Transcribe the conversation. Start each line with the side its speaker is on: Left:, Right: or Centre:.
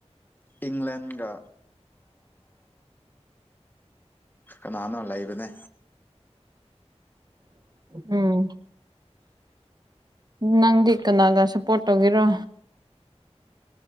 Left: ꯏꯪꯂꯦꯟꯒ ꯀꯅꯥꯅꯣ ꯂꯩꯕꯅꯦ
Right: ꯎꯝ ꯅꯪꯗꯤ ꯀꯅꯥꯒ ꯁꯞꯄꯣꯔꯠ ꯇꯧꯒꯦꯔꯣ